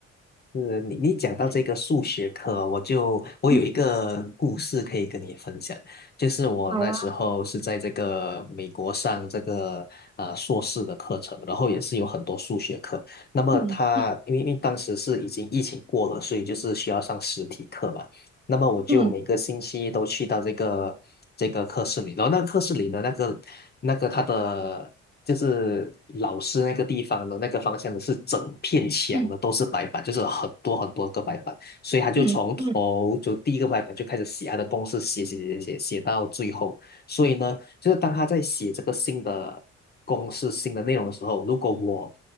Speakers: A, on the left; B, on the right.
A: 是你你讲到这个数学课哦我就我有一个故事可以跟你分享，
B: 对，嗯，
A: 就是我那时候是在这个美国上这个啊、
B: 好啊。
A: 硕士的课程，然后也是有很多数学课。那么他因为因为当时是已经疫情过了，
B: 嗯
A: 所以就是需要上实体课嘛。那么我就每个星期都去到这个这个课室里，
B: 嗯
A: 然后那个课室里的那个那个他的就是老师那个地方的那个方向是整片墙的都是白板，
B: 嗯
A: 就是很多很多个白板，所以他就从头就第一个白板就开始写他的公式，
B: 嗯嗯
A: 写写写写写到最后，所以呢，就是当他在写这个新的公式、新的内容的时候，如果我